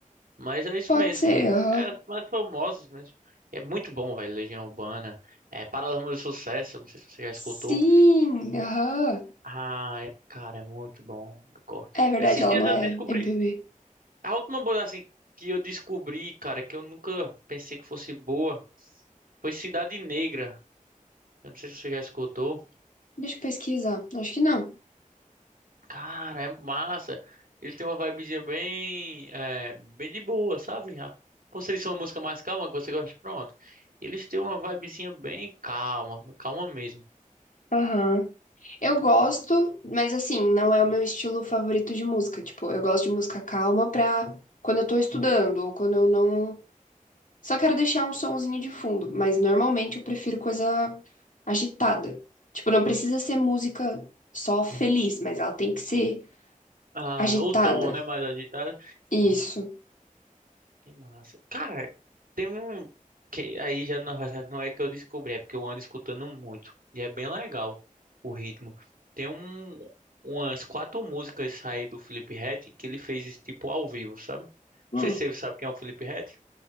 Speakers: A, on the right; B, on the left.
A: Mas é isso
B: Pode
A: mesmo.
B: ser, aham.
A: É, é os mais famosos mesmo. E é muito bom, velho. Legião Urbana. É Paralamas do Sucesso. Não sei se você já
B: Sim,
A: escutou.
B: aham.
A: Ai, cara, é muito bom. Eu gosto.
B: É verdade,
A: Esses
B: ela
A: dias
B: não
A: eu
B: é
A: descobri.
B: MPB.
A: A última banda assim que eu descobri, cara, que eu nunca pensei que fosse boa, foi Cidade Negra. Eu não sei se você já escutou.
B: Deixa eu pesquisar. Acho que não.
A: Cara, é massa. Ele tem uma vibezinha bem, é, bem de boa, sabe? A- Como se eles uma música mais calma que você gosta, pronto. Eles têm uma vibezinha bem calma, calma mesmo.
B: Aham. Eu gosto, mas assim, não é o meu estilo favorito de música. Tipo, eu gosto de música calma pra quando eu tô estudando ou quando eu não. Só quero deixar um sonzinho de fundo, mas normalmente eu prefiro coisa agitada. Tipo, não precisa ser música só feliz, mas ela tem que ser
A: Ah,
B: agitada.
A: o tom, né, mais agitado.
B: Isso.
A: Que massa. Cara, tem um que aí já na verdade não é que eu descobri, é porque eu ando escutando muito e é bem legal o ritmo. Tem um umas quatro músicas aí do Felipe Ret que ele fez tipo ao vivo, sabe? Não
B: Hum.
A: sei se você sabe quem é o Felipe Ret.